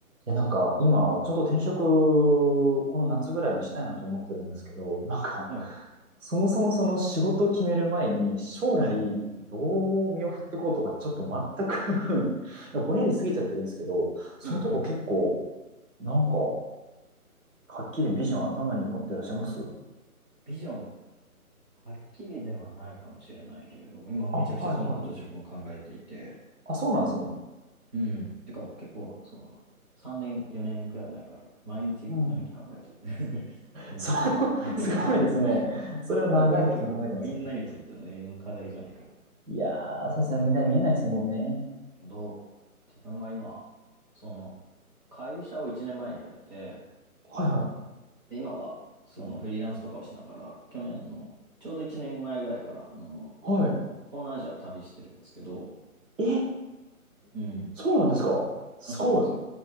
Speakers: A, on the right; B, on the right.
A: いや、なんか今、ちょうど転職、この夏ぐらいにしたいなと思ってるんですけど、なんか、
B: はい。
A: そもそもその仕事を決める前に、将来、
B: うんうん。
A: どう身を振っていこうとか、ちょっと全く <laughs> ぼんやりしすぎちゃってるんですけど、そういうとこ結構、
B: うんうんうん。
A: なんか、はっきりビジョン頭に持ってらっしゃいます
B: ビジョン、はっきりではないかもしれないけれども、今めちゃくちゃそのことを自分も考えていて、
A: あ、はいはい。あ、そうなんですね。
B: うん。てか、結構、その、3年、4年くらい前から、毎日のように考えて
A: うん。
B: <laughs> いるんですけど。
A: そう、<laughs>
B: <laughs>
A: すごいですね。
B: そうそう。
A: それを長い期間考えてますね。
B: <laughs> なんかこれ多分、みんなにとっての永遠の課題じゃないかな。
A: いやー、そうですね。
B: うん
A: 未来見えないですもんね。
B: けど、自分は今、その、会社を1年前に辞めて、
A: はいは
B: で、今は、その、フリーランスとかをしながら、去年の、ちょうど1年前ぐらいから、あの、
A: い。はい。
B: 東南アジアを旅してるんですけど、
A: ええ、
B: うん。
A: そうなんですかすごい。
B: あ、そうなんですよ。